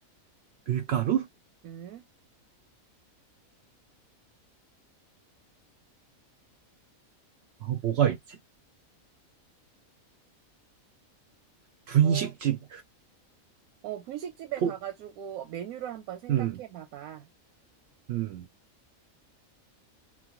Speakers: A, on the right; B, on the right.
A: 밀가루?
B: 음.
A: 어, 뭐가 있지? 분식집
B: 뭐, 어, 분식집에
A: 포,
B: 가가지고 메뉴를 한번 생각해
A: 음,
B: 봐봐.
A: 음.